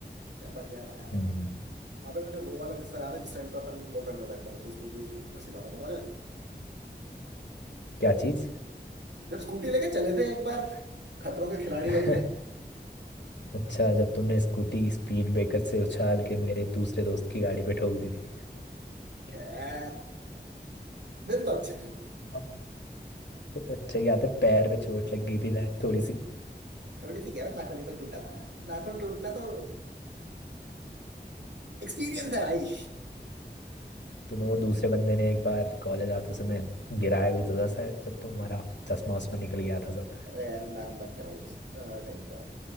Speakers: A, on the right (about 85°); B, on the left (about 85°).
A: क्या बढ़िया था यार
B: हम्म
A: वो अबे तुझे वो वाला किस्सा याद है जिस टाइम पे अपन वो करते थे मतलब तू स्कूटी उसकी मैं सिखाता था मुझे
B: क्या चीज
A: जब स्कूटी लेके चले थे एक बार खतरों के खिलाड़ी
B: <laughs>
A: बन के
B: अच्छा जब तुमने स्कूटी स्पीड ब्रेकर से उछाल के मेरे दूसरे दोस्त की गाड़ी पे ठोक दी थी
A: खैर दिन तो अच्छे थे वो
B: हाँ। अच्छा याद है पैर पे चोट लग गई थी शायद थोड़ी सी
A: थोड़ी सी क्या है, नाखून ही तो टूटा था नाखून टूटना तो एक्सपीरियंस है भाई
B: तुम्हें वो दूसरे बंदे ने एक बार कॉलेज आते समय गिराया भी तो था शायद जब तुम्हारा चश्मा वश्मा निकल गया था सब
A: अरे यार नाम मत ले भाई उस टाइम का